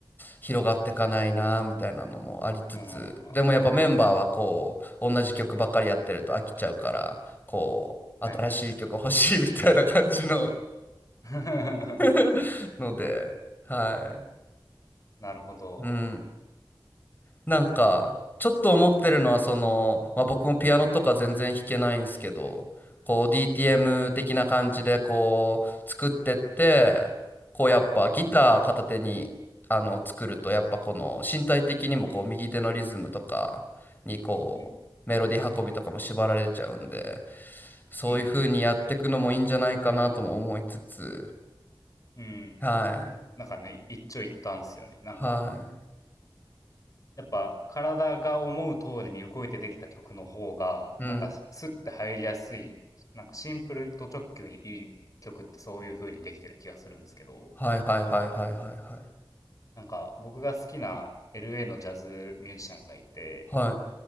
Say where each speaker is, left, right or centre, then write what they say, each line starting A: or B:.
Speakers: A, on the left (about 20°); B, on the left (about 40°).
A: 広がってかないなみたいなのもありつつでもやっぱメンバーはこう同じ曲ばっかりやってると飽きちゃうからこう新しい曲欲しいみたいな感じの
B: うん。ん。はいはいはい。<laughs>
A: <laughs> のではい、
B: なるほど。
A: うんなんか、ちょっと思ってるのは、その、まあ、僕もピアノとか全然弾けないんですけど、こう DTM
B: はいはい。
A: 的な感じでこう作ってって、こうやっぱギター片手にあの作ると、
B: うん。
A: やっぱこの身体的にもこう右手のリズムとかにこうメロディー運びとかも縛られちゃうんで、
B: うん。
A: そういう風にやっていくのもいいんじゃないかなとも思いつつ、
B: うんうんうん。うん。
A: はい。
B: なんかね、一長一短っすよね。なんか、
A: は
B: やっぱ体が思う通りに動いてできた曲の方が、
A: い。うん。
B: なんかスッて入りやすい、なんかシンプルと直球にいい曲ってそういう風にできてる気がするんですけど、
A: はいはいはいはいはいはい。
B: なんか僕が好きな LA のジャズミュージシャンがいて、
A: はい。